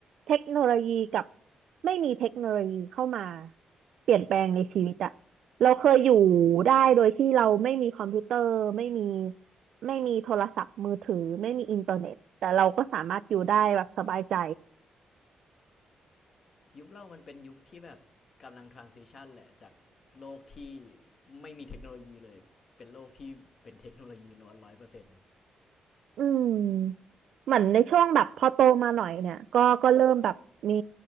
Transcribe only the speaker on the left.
ยุคเรามันเป็นยุคที่แบบกำลัง transition แหละจากโลกที่ไม่มีเทคโนโลยีเลยเป็นโลกที่เป็นเทคโนโลยีล้วนร้อยเปอร์เซ็นต์